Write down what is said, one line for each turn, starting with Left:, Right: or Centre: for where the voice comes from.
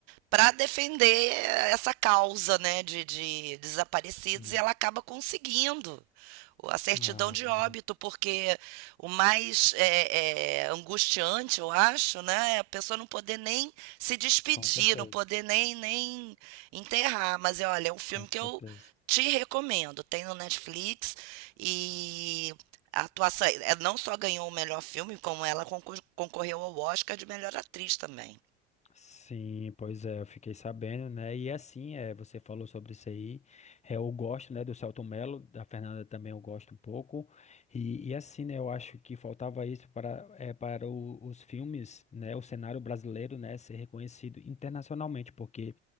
Right: para defender essa causa né, de, de desaparecidos
Left: hum.
Right: e ela acaba conseguindo a certidão
Left: Ah,
Right: de
Left: não.
Right: óbito, porque o mais é, é, angustiante, eu acho, né, é a pessoa não poder nem se despedir,
Left: com certeza,
Right: não poder nem, nem enterrar. Mas é, olha, é um filme
Left: com certeza.
Right: que eu te recomendo. Tem no Netflix e a atuação ela não só ganhou o melhor filme, como ela concor- concorreu ao Oscar de melhor atriz também.
Left: Sim, pois é, eu fiquei sabendo, né? E assim, é, você falou sobre isso aí. É, eu gosto, né, do Selton Mello, da Fernanda também eu gosto um pouco. E, e assim, né, eu acho que faltava isso para, é, para o- os filmes, né, o cenário brasileiro, né, ser reconhecido internacionalmente, porque